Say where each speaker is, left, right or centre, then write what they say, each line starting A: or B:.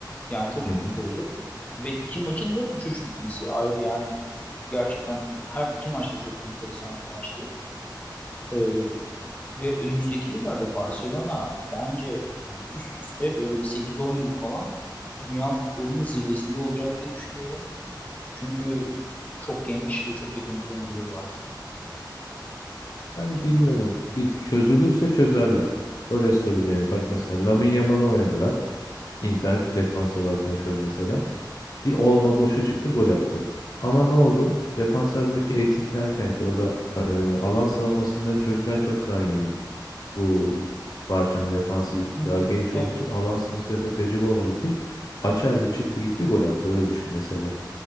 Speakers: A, on the left; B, on the left.
A: Yani çok
B: hı.
A: sürpriz
B: hı.
A: oldu. Ve iki maçın da 3-3 bitmesi ayrı yani gerçekten her iki maçta çok enteresan bir maçtı. Ee, ve önümüzdeki yıllarda Barcelona bence yani üst üste böyle bir sekiz on yıl falan dünya futbolunun zirvesinde olacak diye düşünüyorum. Çünkü çok genç ve çok yetenekli oyuncuları var.
B: Yani bilmiyorum. Bir çözülürse çözerler. Öyle söyleyeyim yani. Bak mesela Lamine Yamal'ı oynadılar. Inter defans olarak konuşuyorum mesela. Bir olma boşa çıktı gol attı. Ama ne oldu? Defanslarındaki eksiklerden kaynaklı. Orada e, alan savunmasında çocuklar çok daha yeni. Bu Barça'nın defansı
A: Hmm,
B: daha genç
A: Evet,
B: olduğu için alan savunması ve de tecrübe olmadığı için Açer bir çıktı gitti gol attı. Öyle düşün mesela.